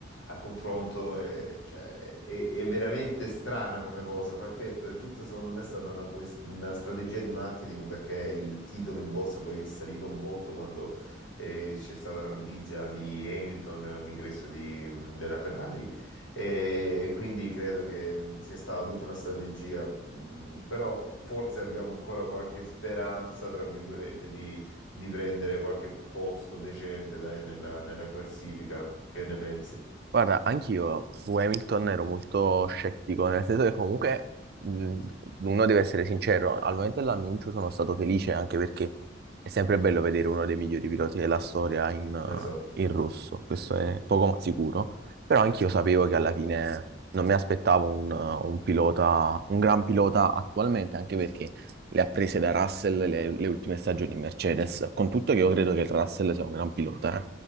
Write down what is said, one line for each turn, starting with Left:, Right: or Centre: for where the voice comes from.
Left: a confronto, eh, cioè, è, è veramente strana come cosa, fa effetto, è tutta secondo me è stata una, quest- una strategia di marketing perché il titolo in borsa poi è salito un botto quando eh, c'è stata la notizia di Hamilton, l'ingresso di- della Ferrari e quindi credo che sia stata tutta una strategia, mh, però forse abbiamo ancora qualche speranza, tra virgolette, di, di prendere qualche posto decente, dai, nella, nella classifica. Che ne pensi?
Right: Guarda, anch'io su Hamilton ero molto scettico, nel senso che comunque mh, uno deve essere sincero, al momento dell'annuncio sono stato felice anche perché è sempre bello vedere uno dei migliori piloti della storia in, eh,
Left: Esatto.
Right: in rosso, questo è poco ma sicuro, però anch'io sapevo che alla fine non mi aspettavo un, eh, un pilota, un gran pilota attualmente, anche perché le ha prese da Russell le, le ultime stagioni in Mercedes, con tutto che io credo che Russell sia un gran pilota, eh.